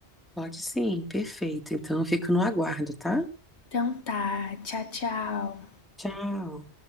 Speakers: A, in the centre; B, on the left (about 70°).
A: Pode sim, perfeito. Então eu fico no aguardo, tá?
B: Então tá, tchau, tchau.
A: Tchau.